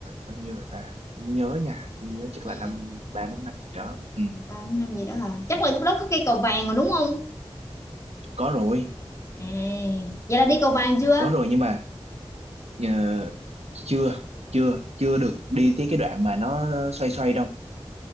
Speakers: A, on the right; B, on the left.
A: bao nhiêu rồi ta không nhớ nha không nhớ chắc
B: Ừ.
A: là năm ba bốn năm gì đó ừ,
B: Ba bốn năm gì đó hả? Chắc là lúc đó có cây cầu vàng rồi đúng không?
A: có rồi
B: À, vậy là đi cầu vàng chưa?
A: có rồi nhưng mà ờ, chưa chưa chưa được đi tới cái đoạn mà nó xoay xoay đâu